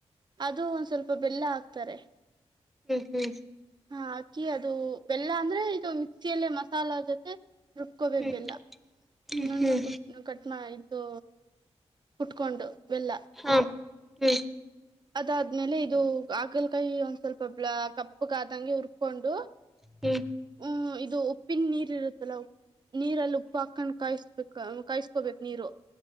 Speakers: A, on the right; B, in the centre.
A: ಅದು ಒಂದ್ ಸ್ವಲ್ಪ ಬೆಲ್ಲ ಹಾಕ್ತಾರೆ
B: ಹ್ಮ್ ಹ್ಮ್
A: ಹಾ ಅಕ್ಕಿ ಅದು ಬೆಲ್ಲ ಅಂದ್ರೆ ಇದು ಮಿಕ್ಸಿಯಲ್ಲೇ ಮಸಾಲಾ ಜೊತೆ ರುಬ್ಕೋಬೇಕ
B: ಹ್ಮ್
A: ಬೆಲ್ಲ
B: ಹ್ಮ್
A: ನಣ್ಣು
B: ಹ್ಮ್
A: ಕುಟ್ ಕಟ್ ಮಾಡ ಸ ಉಟ್ಕೊಂಡು ಬೆಲ್ಲ
B: ಹಾ ಹ್ಮ್
A: ಅದಾದ್ಮೇಲೆ ಇದು ಆಕಲಕಾಯಿ ಒಂದ್ ಸ್ವಲ್ಪ ಕಪ್ಪಗಾದಂಗೆ ಹುರ್ಕೊಂಡು
B: ಹ್ಮ್
A: ಹ್ಮ ಇದು ಉಪ್ಪಿನ ನೀರ್ ಇರುತ್ತಲ್ಲ ನೀರಲ್ಲಿ ಉಪ್ಪು ಹಾಕೊಂಡ್ ಕಾಯಿಸ್ಬೇಕ ಕಾಯಸ್ಕೋಬೇಕಕ್ ನೀರು